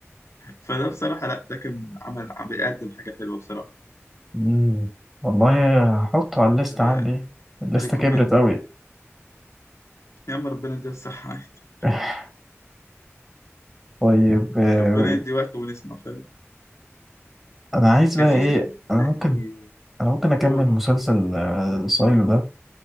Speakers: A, on the left; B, in the centre.
A: <laughs> فده بصراحة لا ده كان عمل عم بيقدم حاجة حلوة بصراحة
B: امم والله هحطه على الليست
A: آه
B: عندي الليستة
A: ريكومند
B: كبرت قوي
A: يا عم ربنا يديها الصحة <laughs> عادي
B: <laughs> طيب آه،
A: ربنا يدي وقت ونسمع فاهم
B: انا عايز
A: كان
B: بقى
A: في
B: ايه
A: فيلم
B: انا
A: صدقني
B: ممكن انا ممكن اكمل
A: قول
B: مسلسل آه، سايلو ده